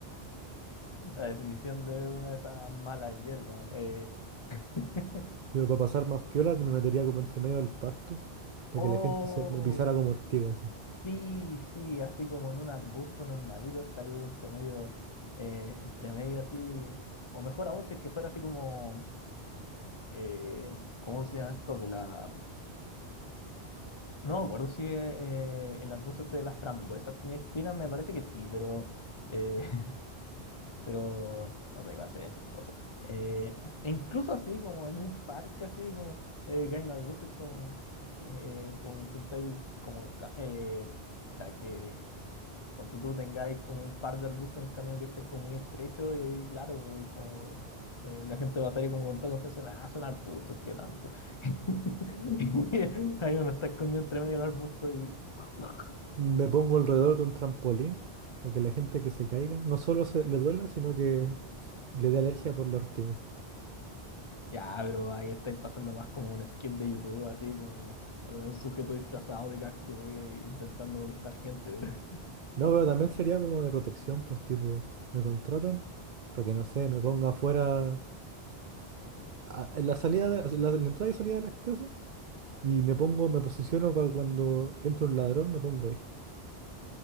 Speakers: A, on the left (about 35°); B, on the right (about 55°).
A: La definición de una de esas malas hierbas. eh, <laughs>
B: Tipo, para pasar más piola me metería como entre medio del pasto, para
A: ¡Oh!
B: que la gente se me pisara como ortiga así.
A: Sí, sí, así como en un arbusto normalito estaría ahí entre medio, eh, entre medio así, o mejor aún si es que fuera así como, eh, ¿cómo se llama esto? De la... No me acuerdo si eh, el arbusto este de las frambuesas tiene espinas, me parece que sí, pero, eh, <laughs> pero, no sé, igual sería chistoso. Eh, e incluso así como en un parque así como, eh, que hay un arbusto es como, eh, como intentáis como, ca- eh, o sea que Ponte tú, tengáis como un par de arbustos en el camino que estés como muy estrecho y ahí, claro, pues, como, eh, la gente va a salir como con toda confianza, ah, son arbustos, qué tanto. <laughs> Ahí uno está escondido entre medio del arbusto y... <laughs>
B: Me pongo alrededor de un trampolín para que la gente que se caiga no solo se le duela, sino que s- le dé alergia por la ortiga.
A: Ya, pero ahí estáis pasando más como un skit de YouTube, así como eh, un sujeto disfrazado de cactus eh, intentando molestar gente.
B: No, pero también sería como de protección, pues tipo, me contratan para que no sé, me ponga afuera a- en la salida de, en la, en la entrada y salida de las casas y me pongo, me posiciono para cuando entra un ladrón, me pongo ahí.